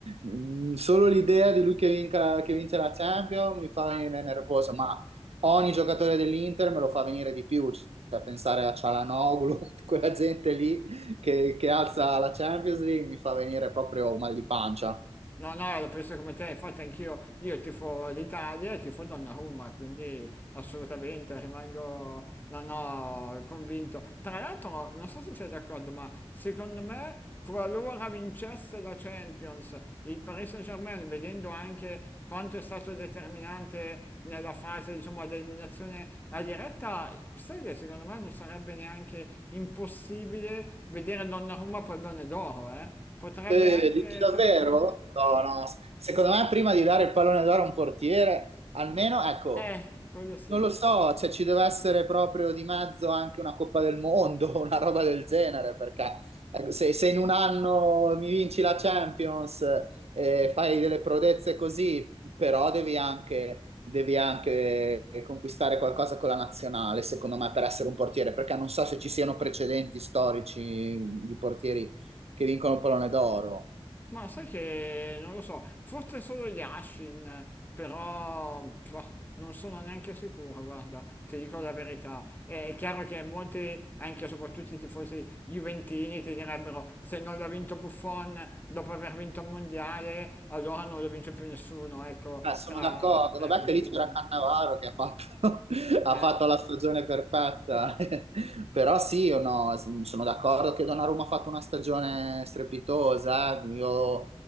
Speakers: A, on the right; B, on the left.
A: mm, solo l'idea di lui che, vinca- che vince la Champions mi fa venire nervoso, ma ogni giocatore dell'Inter me lo fa venire di più, cioè pensare a Cialanoglu, <laughs> quella gente lì che, che alza la Champions League mi fa venire proprio mal di pancia.
B: No, no, la penso come te, infatti anch'io, io tifo l'Italia e tifo Donnarumma, quindi assolutamente rimango, no, no, convinto. Tra l'altro, non so se sei d'accordo, ma secondo me, qualora vincesse la Champions, il Paris Saint-Germain, vedendo anche quanto è stato determinante nella fase, diciamo, ad eliminazione a diretta, sai che secondo me non sarebbe neanche impossibile vedere Donnarumma pallone d'oro, eh? Potrebbe
A: Eh,
B: anche
A: dici davvero?
B: capitare.
A: No, no, s- secondo me prima di dare il pallone d'oro a un portiere, almeno, ecco,
B: Eh, quello sì.
A: non lo so, cioè ci deve essere proprio di mezzo anche una Coppa del Mondo, <laughs> una roba del genere, perché ecco, se, se in un anno mi vinci la Champions e fai delle prodezze così, però devi anche, devi anche conquistare qualcosa con la nazionale, secondo me, per essere un portiere, perché non so se ci siano precedenti storici di portieri che vincono il pallone d'oro.
B: Ma sai che non lo so, forse solo Yashin, però pff, non sono neanche sicuro, guarda, ti dico la verità. È chiaro che molti, anche e soprattutto i tifosi juventini, ti direbbero se non l'ha vinto Buffon dopo aver vinto il mondiale, allora non lo vince più nessuno, ecco,
A: Eh, sono
B: tra,
A: d'accordo,
B: tra
A: vabbè
B: i portieri.
A: che lì c'era Cannavaro che ha fatto, <laughs> ha
B: Eh,
A: fatto la stagione perfetta, <laughs> però sì, io no, s- sono d'accordo che Donnarumma ha fatto una stagione strepitosa, eh. Io,